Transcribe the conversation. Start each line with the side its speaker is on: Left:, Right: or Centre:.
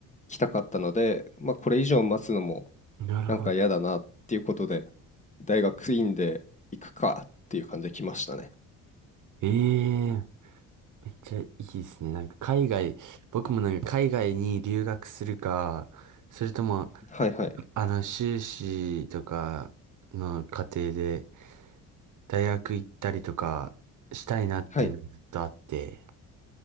Left: 来たかったので、まあこれ以上待つのも
Right: なるほど。
Left: なんか嫌だなっていうことで、大学院で行くかっていう感じで来ましたね。
Right: ええ、めっちゃいいですね。なんか、海外、僕もなんか、海外に留学するか、それとも、
Left: はいはい。
Right: あの、修士とかの過程で、大学行ったりとかしたいなっていうのがずっとあって、
Left: はい。